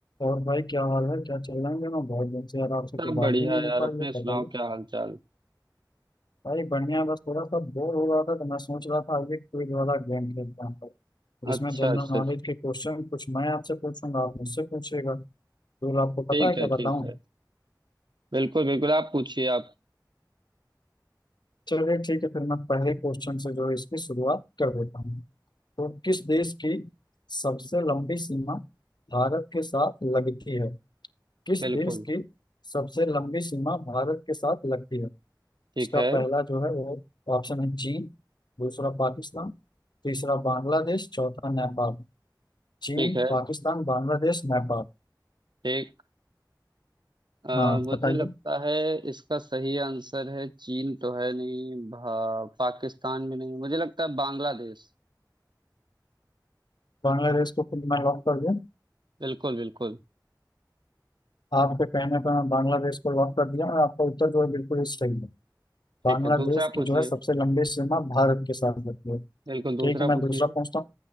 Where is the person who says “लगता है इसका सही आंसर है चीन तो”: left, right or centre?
Right